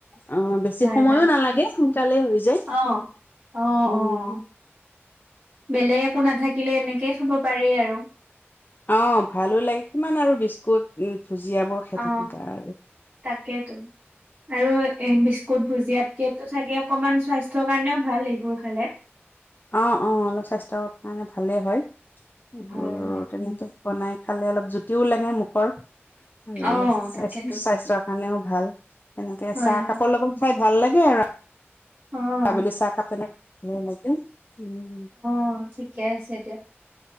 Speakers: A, on the left (about 45°); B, on the right (about 40°).
A: অ বেছি
B: হয়,
A: সময়ো
B: হয়
A: নালাগে। তালে হৈ যায়।
B: অ'। অ',
A: উম।
B: অ', বেলেগ একো নাথাকিলে এনেকে খাব পাৰি আৰু।
A: অ ভালো লাগে কিমান আৰু বিস্কুট। উম, ভুজিয়াবোৰ খাই
B: অ
A: থাকিবা আৰু
B: তাকেইেতো আৰু এ বিস্কুট ভুজিয়াতকে টো চাগে অকমান স্বাস্থ্যৰ কাৰণেও ভাল এইবোৰ খালে।
A: অ অ অলপ স্বাস্থ্য কাৰণে ভালে হয়। বোৰ
B: হয়, হয়।
A: তেনেকে বনাই খালে অলপ জুতিও লাগে মুখ। আৰু
B: অ', তাকেতো
A: স্বাস্থ্যৰ কাৰণেও। ভাল এনেকে
B: হয়,
A: চাহ
B: হয়
A: কাপৰ লগত খাই ভাল লাগে আৰু।
B: অ',
A: আবেলি চাহ কাপ খালে লে উম।
B: অ ঠিকে আছে দিয়ক।